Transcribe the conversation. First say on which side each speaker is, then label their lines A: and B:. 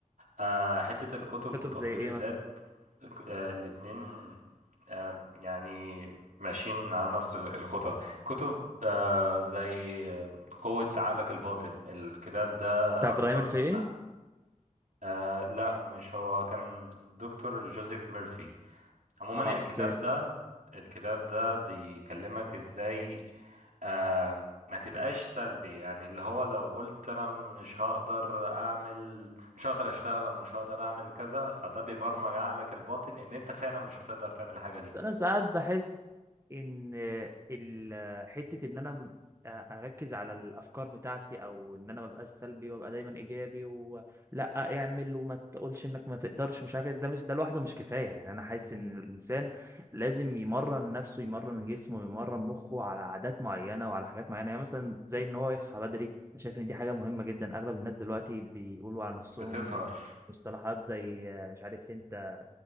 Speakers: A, on the right; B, on the right.
A: آه، حتة الكتب
B: كتب
A: وتطوير
B: زي ايه
A: الذات
B: مثلا
A: آه، الاتنين آه، يعني ماشيين على نفس ال- الخطى كتب آه، زي قوة عقلك الباطن الكتاب ده
B: بتاع ابراهيم
A: أثر
B: الفقي
A: مع- آه، لا مش هو كان دكتور جوزيف ميرفي عموما
B: اه
A: الكتاب
B: اوكي
A: ده الكتاب ده بيكلمك ازاي آه ما تبقاش سلبي يعني اللي هو لو قلت انا مش هقدر اعمل مش هقدر اشتغل او مش هقدر اعمل كذا فده بيبرمج عقلك الباطن ان انت فعلا مش هتقدر تعمل الحاجة دي
B: انا ساعات بحس ان ال- حته ان انا م- اركز على الافكار بتاعتي او ان انا ما ببقاش سلبي وابقى دايما ايجابي ولا اعمل وما تقولش انك ما تقدرش مش عارف إيه، ده مش ده لوحده مش كفايه يعني انا حاسس ان الانسان لازم يمرن نفسه يمرن جسمه يمرن مخه على عادات معينه وعلى حاجات معينه يعني مثلا زي ان هو يصحى بدري انا شايف ان دي حاجه مهمه جدا اغلب الناس دلوقتي بيقولوا على نفسهم
A: بتظهر
B: مصطلحات زي آه، مش عارف انت